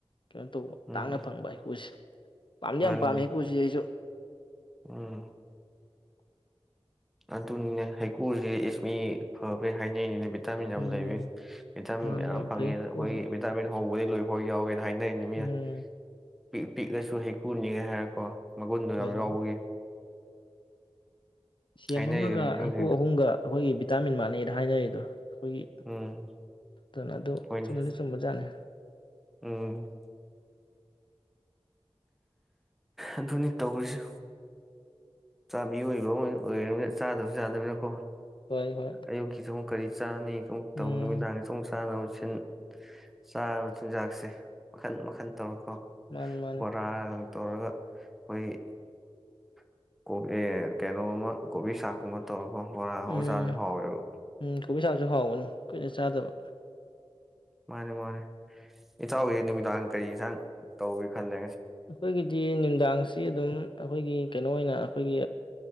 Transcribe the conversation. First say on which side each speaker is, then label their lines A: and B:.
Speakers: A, on the left; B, in the centre.
A: ꯀꯩꯅꯣ ꯇꯧꯕ
B: ꯎꯝ
A: ꯇꯥꯡꯅ ꯐꯪꯕ ꯍꯩꯀꯨꯁꯦ ꯄꯥꯝꯗꯤ
B: ꯃꯥꯅꯤꯅꯦ
A: ꯌꯥꯝ ꯄꯥꯝꯃꯦ ꯍꯩꯀꯨꯁꯤ ꯑꯩꯁꯨ
B: ꯎꯝ ꯑꯗꯨꯅꯤꯅꯦ ꯍꯩꯀꯨꯁꯦ ꯏꯁ ꯃꯤ ꯐꯕꯩ ꯍꯥꯏꯅꯩꯅꯤꯅꯦ ꯚꯤꯇꯥꯃꯤꯟ ꯌꯥꯝ
A: ꯎꯝ
B: ꯂꯩꯕꯤ ꯚꯤꯇꯥꯃꯤꯟ
A: ꯃꯥꯅꯦ
B: ꯌꯥꯝꯌꯥꯝ
A: ꯌꯥꯝ
B: ꯐꯪꯉꯦ
A: ꯐꯩ ꯍꯩꯀꯨꯁꯦ
B: ꯑꯩꯈꯣꯏꯒꯤ ꯚꯤꯇꯥꯃꯤꯟ ꯍꯧꯕꯗꯒꯤ ꯂꯣꯏ ꯍꯎꯦ ꯍꯥꯏꯅꯔꯤꯅꯤ ꯃꯤꯅ
A: ꯎꯝ
B: ꯄꯤ ꯄꯤꯛꯑꯁꯨ ꯍꯦꯛꯣꯏꯅꯤꯉꯦꯍꯦꯔꯀꯣ ꯃꯒꯨꯟꯗꯨꯣ
A: ꯍꯣꯏ
B: ꯌꯥꯝ
A: ꯍꯣꯏ
B: ꯌꯥꯎꯕꯒꯤ
A: ꯁꯦꯝ
B: ꯍꯥꯏꯅꯩꯗꯨꯅꯤ
A: ꯑꯃꯒ
B: ꯈꯪꯁꯦꯡ
A: ꯍꯩꯀꯨ ꯑꯍꯨꯝꯒ ꯑꯩꯈꯣꯏꯒꯤ ꯚꯤꯇꯥꯃꯤꯟ ꯃꯥꯟꯅꯩꯗ ꯍꯥꯏꯅꯔꯤꯗꯣ ꯑꯩꯈꯣꯏꯒꯤ
B: ꯎꯝ
A: ꯑꯗꯨꯅ ꯑꯗꯨ
B: ꯍꯣꯏꯅꯦ
A: ꯆꯨꯝꯗꯤ ꯆꯨꯝꯕꯖꯥꯠꯅꯤ
B: ꯎꯝ ꯑꯗꯨꯅꯤ ꯇꯧꯔꯤꯁꯤ ꯃꯤꯑꯣꯏꯕ ꯑꯃ ꯑꯣꯏꯅ ꯑꯣꯏꯅꯤꯅ ꯆꯥꯗꯕꯁꯨ ꯌꯥꯥꯗꯕꯅꯤꯅꯀꯣ
A: ꯍꯣꯏ ꯍꯣꯏ
B: ꯑꯌꯨꯀꯤꯁꯨ ꯀꯔꯤ ꯆꯅꯤ ꯁꯨꯝ
A: ꯎꯝ
B: ꯇꯧ ꯅꯨꯃꯤꯗꯥꯡ ꯆꯨꯝ ꯆꯥꯅꯕ ꯁꯤꯟ ꯆꯥꯔꯕ ꯆꯤꯟꯖꯥꯛꯁꯦ ꯃꯈꯟ ꯃꯈꯟ ꯇꯧꯔꯦꯀꯣ
A: ꯃꯥꯅꯤ ꯃꯥꯅꯤ
B: ꯕꯣꯔꯥ ꯇꯧꯔꯒ ꯑꯩꯈꯣꯏꯒꯤ <unintelligible> ꯀꯩꯅꯣꯃ ꯀꯣꯕꯤ ꯁꯥꯀꯃ ꯇꯧꯔꯛ <unintelligible> ꯕꯣꯔꯥ ꯑꯣ
A: ꯎꯝ
B: ꯆꯥꯁꯨ ꯍꯥꯎꯋꯦꯕ
A: ꯎꯝ ꯀꯣꯕꯤ ꯆꯥꯁꯨ ꯍꯥꯎꯅꯤ ꯀꯨꯏꯅ ꯆꯥꯗꯕ
B: ꯃꯥꯅꯤ ꯃꯥꯅꯤ ꯏꯆꯥꯎꯒꯤ ꯅꯨꯃꯤꯗꯥꯡ ꯀꯔꯤ ꯏꯟꯁꯥꯡ ꯇꯧꯒꯦ ꯀꯅꯂꯦ
A: ꯑꯩꯈꯣꯏꯒꯤꯗꯤ ꯃꯤꯗꯥꯡꯁꯤ ꯑꯗꯨꯝ ꯑꯩꯈꯣꯏꯒꯤ ꯀꯩꯅꯣ ꯑꯣꯏꯅ ꯑꯩꯈꯣꯏꯒꯤ